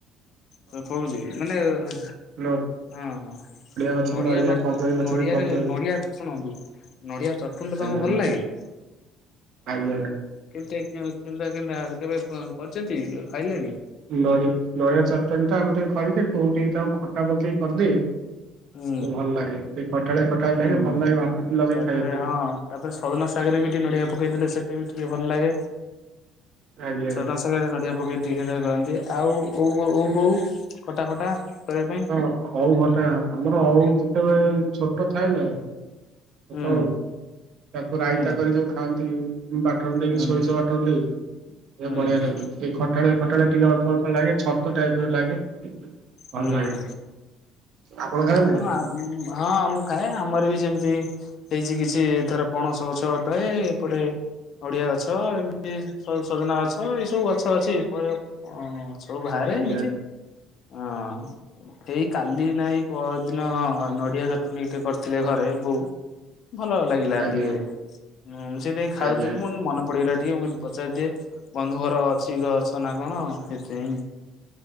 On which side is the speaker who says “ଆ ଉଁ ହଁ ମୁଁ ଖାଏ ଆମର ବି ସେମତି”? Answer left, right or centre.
Left